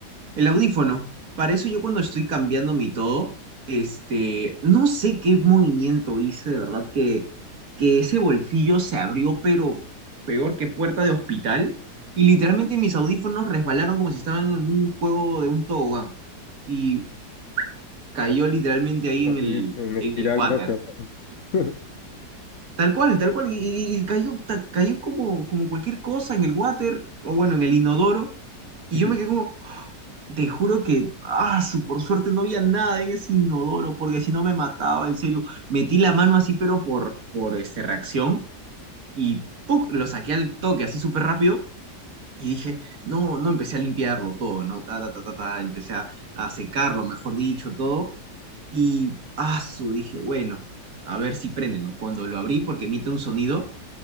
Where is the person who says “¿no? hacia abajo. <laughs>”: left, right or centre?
Left